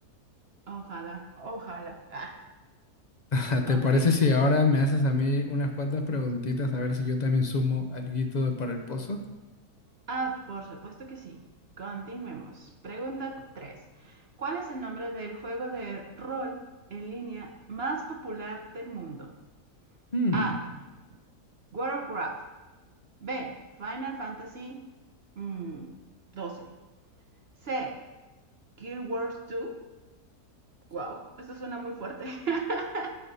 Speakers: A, on the right; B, on the left.
A: Ojalá, ojalá. Ah,
B: <laughs>
A: ok.
B: ¿Te parece si ahora me haces a mí unas cuantas preguntitas a ver si yo también sumo alguito de- para el pozo?
A: Ah, por supuesto que sí. Continuemos. Pregunta 3. ¿Cuál es el nombre del juego de rol en línea más popular del mundo?
B: Hmm,
A: A. Warcraft. B. Final Fantasy mm, 12. C. Guild Wars 2. Wow, esto suena muy fuerte. <laughs>